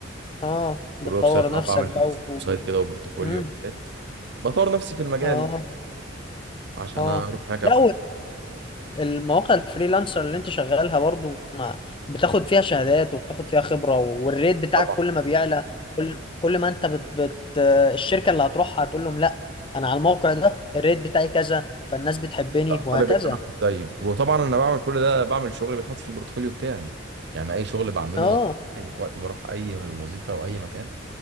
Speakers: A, on the left; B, on the right.
A: اه بتطور
B: والويب سايت اه
A: نفسك
B: بعمل
A: بقى
B: ويب
A: و...
B: سايت كده وبورتفوليو
A: مم.
B: وحاجات بطور نفسي في المجال
A: اه
B: يعني عشان
A: اه
B: اروح هناك ابقى
A: لا والمواقع الفريلانسر اللي انت شغالها برضو ما بتاخد فيها شهادات وبتاخد فيها خبرة والريت بتاعك
B: طبعا
A: كل ما بيعلى كل كل ما انت بت... بت... الشركة اللي هتروحها هتقول لهم لا انا على الموقع ده الريت بتاعي كذا فالناس بتحبني وهكذا
B: طالب ان انا أبقى زيه وطبعا انا بعمل كل ده بعمل شغل بيتحط في البورتفوليو بتاعي يعني اي شغل بعمله
A: اه
B: موجود معايا وقت ما اروح اي وظيفه او اي مكان